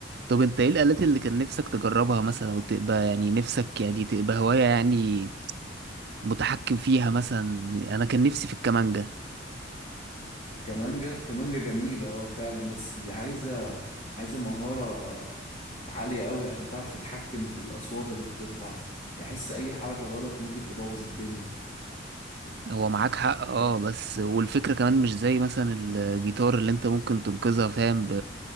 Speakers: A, on the right; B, on the left.
A: طب انت ايه الآلات اللي كان نفسك تجربها مثلا او تبقى يعني نفسك يعني تبقى هواية يعني متحكم فيها مثلا انا كان نفسي في الكمانجة
B: الكمانجا كمانجا جميلة اه فعلا بس دي عايزة عايزة مهارة عالية قوي عشان تعرف تتحكم في الاصوات اللي بتطلع بحس اي حركة غلط ممكن تبوظ الدنيا
A: هو معاك حق اه بس والفكرة كمان مش زي مثلا الجيتار اللي انت ممكن تنقذها فاهم ب...